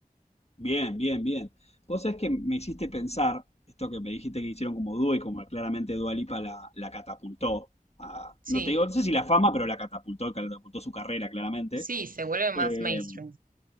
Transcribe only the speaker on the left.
Bien, bien, bien. Vos sabés que me hiciste pensar, esto que me dijiste que hicieron como dúo y como claramente Dua Lipa la, la catapultó a- no
te digo, no sé si la fama, pero la catapultó, catapultó su carrera claramente.
Eh,